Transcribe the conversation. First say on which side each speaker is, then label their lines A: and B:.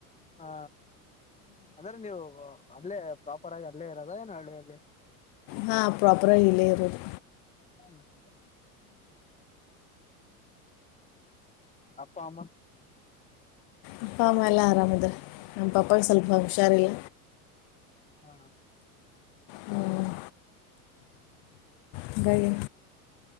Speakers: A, on the left; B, on the left.
A: ಹಾ ಅಂದ್ರೆ ನೀವು ಅಲ್ಲೇ ಪ್ರಾಪರ್ ಆಗಿ ಅಲ್ಲೇ ಇರೋದ ಏನ ಹಳ್ಳಿ ಅಲ್ಲಿ
B: ಹಾಂ ಪ್ರಾಪರಾಗಿ ಇಲ್ಲೇ ಇರೋದು.
A: ಹ್ ಅಪ್ಪ ಅಮ್ಮ.
B: ಅಪ್ಪ ಅಮ್ಮ ಎಲ್ಲ ಆರಾಮಿದ್ರ ನಮ್ಮ ಪಪಾಗ ಸ್ವಲ್ಪ ಹುಷಾರಿಲ್ಲ.
A: ಹಾ
B: ಹ್ಮ್, ಹಾಂಗಾಗಿ